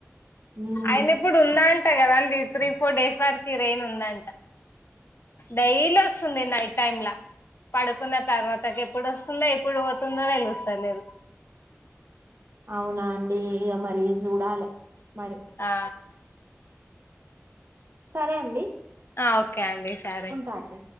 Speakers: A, on the right; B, on the left.
A: ఉమ్
B: అయిన ఇప్పుడు ఉందా అంటా కదాండి త్రీ ఫోర్ డేస్ వరకు కి రైన్ ఉందంట డైలీ వస్తుంది నైట్ టైమ్లా పడుకున్న తర్వాతకి ఎప్పుడు వస్తుందో ఎప్పుడు పోతుందో తెలుస్తా లేదు
A: అవునా అండి మరి సూడాలే మరి
B: ఆ
A: సరే అండి
B: ఓకే కండి సరే
A: ఉంటా అండి